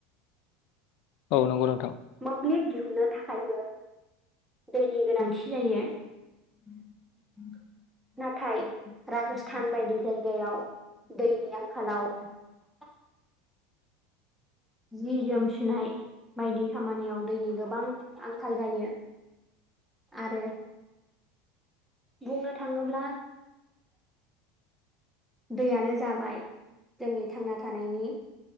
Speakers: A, on the left; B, in the centre.
A: औ नंगौ नोंथां।
B: मोब्लिब दिहुनन्नो थाखायबो दैनि गोनांथि जायो। <inaudible> नाथाय राजस्थान बायदि जायगायाव दैनि आंखालाव <inaudible> जि जोम सुनाय बायदि खामानियाव दैनि गोबां आंखाल जायो। आरो बुंनो थाङोब्ला दैयानो जाबाय जोंनि थांना थानायनि